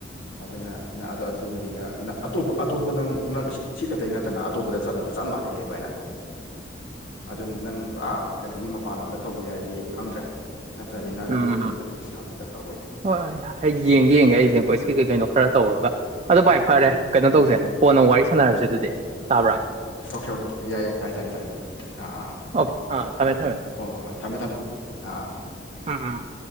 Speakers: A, on the left (about 85°); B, on the right (about 35°).
A: ꯑꯗꯨꯅ ꯅ ꯑꯗꯣ ꯑꯗꯨꯃꯗꯤ ꯅ ꯅ ꯑꯇꯣꯞꯄ ꯑꯇꯣꯞꯄ ꯅꯪ ꯅꯪ ꯁꯤ ꯈꯇꯩ ꯅꯠꯇꯅ ꯑꯇꯣꯞꯄꯗ ꯆꯠꯂꯁꯨ ꯆꯞ ꯃꯥꯟꯅꯩꯅꯦ ꯚꯥꯏ ꯅ ꯑꯗꯨ ꯅꯪ ꯄꯨꯔꯥ ꯀꯩꯅꯣꯒꯤ ꯃꯄꯥꯟ ꯂꯝꯗ ꯇꯧꯒꯦ ꯍꯥꯏꯗꯤ ꯈꯪꯗ꯭ꯔꯦ ꯅꯠꯇ꯭ꯔꯗꯤ ꯅꯪ
B: ꯎꯝ‌
A: ꯑꯗꯨ ꯍꯩꯖꯤꯟꯕꯗꯤ ꯑꯁ ꯌꯥꯝ ꯊꯤ ꯗꯔꯀꯥꯔ ꯑꯣꯏꯌꯦ
B: ꯍꯣꯏ ꯌꯦꯡꯒꯦ ꯌꯦꯡꯒꯦ
A: ꯑꯗꯨꯅꯅꯦ
B: ꯑꯩ ꯂꯦꯡꯒ꯭ꯋꯦꯖꯀꯤ ꯀꯩ ꯀꯩꯅꯣ ꯈꯔ ꯇꯧꯔꯒ ꯑꯗ‌ꯣ ꯚꯥꯏ ꯐꯔꯦ ꯀꯩꯅꯣ
A: ꯑꯗꯨꯅ
B: ꯇꯧꯁꯦ
A: ꯑꯗꯨꯅ
B: ꯀꯣꯟꯅ ꯋꯥꯔꯤ ꯁꯥꯟꯅꯔꯁꯦ
A: ꯑꯥ
B: ꯑꯗꯨꯗꯤ ꯇꯥꯕ꯭ꯔꯥ
A: ꯑꯣꯀꯦ ꯑꯣꯀꯦ ꯑꯣ ꯌꯥꯏ ꯌꯥꯏ ꯇꯥꯏ ꯇꯥꯏꯌꯦ ꯇꯥꯏ ꯑ ꯑꯥ
B: ꯑꯣꯀꯦ ꯑꯥ ꯊꯝꯃꯦ ꯊꯝꯃꯦ
A: ꯍꯣꯏ ꯍ‌ꯣ ꯍꯣꯏ ꯊꯝꯃꯦ ꯊꯝꯃꯦ ꯑꯥ ꯑꯥ
B: ꯎ ꯎꯝ